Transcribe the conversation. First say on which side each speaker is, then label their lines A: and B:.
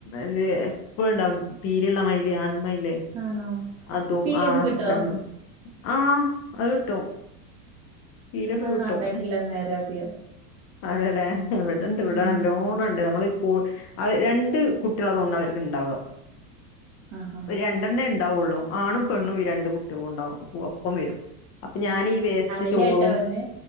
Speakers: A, on the left; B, on the right.
A: ഇത് എപ്പഇണ്ടാവും പീലിള്ള മൈല് ആൺ മൈല്
B: ആണോ
A: അതും
B: പീലിയൊക്കെ
A: ആഹ്
B: കിട്ടോ
A: പെണ്ണ് ആഹ് അകിട്ടും പീലൊക്കെ
B: ഞാൻ
A: കിട്ടും
B: കണ്ടിട്ടില്ല നേരെ അധികം
A: അതെലെഹ് ഇവിട് ണ്ട് ഇവിടെ
B: ഉം
A: നല്ലോണ് ണ്ട് നമ്മള് ഐ രണ്ട് കുട്ടികളാ തോന്ന്ണ് അവര്ക്ക് ഇണ്ടാവ
B: ആഹാ
A: ഒരു രണ്ടെണ്ണേ ഉണ്ടാവുള്ളൂ ആണും പെണ്ണും ഈ രണ്ട് കുട്ടികളും ഉണ്ടാവും ഒപ്പം വെരും അപ്പൊ ഞാനീ ഈ വേസ്റ്റ്
B: ല്ല്യാട്ടോ
A: ചോറും
B: വര്നെ